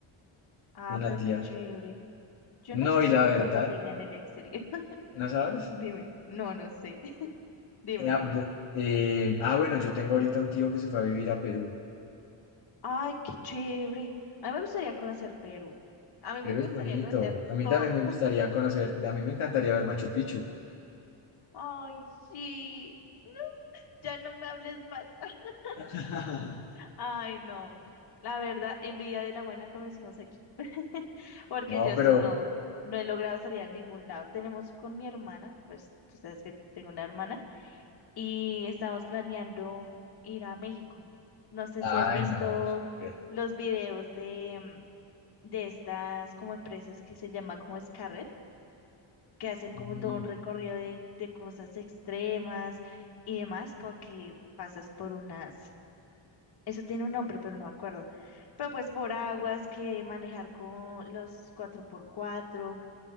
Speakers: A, on the left; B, on the left.
A: Ah,
B: una
A: pero
B: tía.
A: qué chévere. Yo
B: No,
A: no sé
B: y
A: si
B: la
A: tengo
B: verdad,
A: familia en el exterior. <laughs>
B: ¿no sabes?
A: Dime. No, no sé. <laughs> Dime,
B: Eh, ah,
A: dime.
B: b- eh, ah, bueno, yo tengo ahorita un tío que se fue a vivir a Perú.
A: Ay, qué chévere. A mí me gustaría conocer Perú. A mí
B: Perú
A: me gustaría
B: es bonito.
A: conocer
B: A mí
A: todo.
B: también me gustaría
A: <laughs>
B: conocer, a mí me encantaría ver Machu Picchu.
A: Ay, sí. No, ya no me hables más. <laughs>
B: <laughs>
A: Ay, no. La verdad, envidia de la buena, como decimos aquí. <laughs> Porque
B: No,
A: yo
B: pero,
A: si no, no he logrado salir a ningún lado. Tenemos con mi hermana, pues tú sabes que tengo una hermana, y estamos planeando ir a México. No sé
B: ay,
A: si has visto
B: no, súper.
A: los videos de, de estas como empresas que se llama como Scarrett, que hacen como
B: Mm,
A: todo un recorrido de, de cosas extremas y demás, como que pasas por unas, eso tiene un nombre, pero no me acuerdo, pero pues por aguas que manejar con los cuatro por cuatro